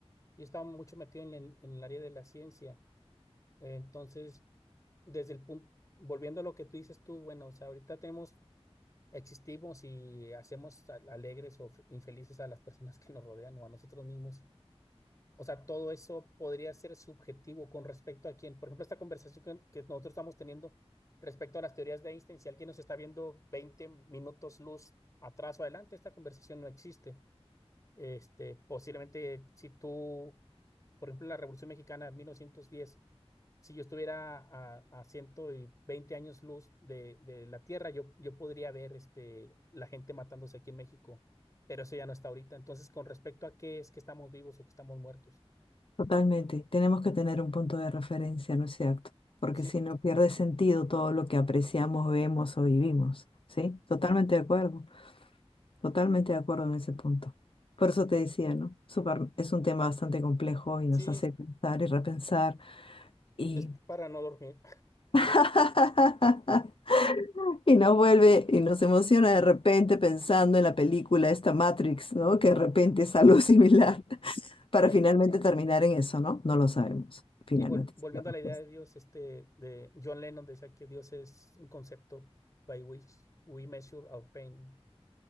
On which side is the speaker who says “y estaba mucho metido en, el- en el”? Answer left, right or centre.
Left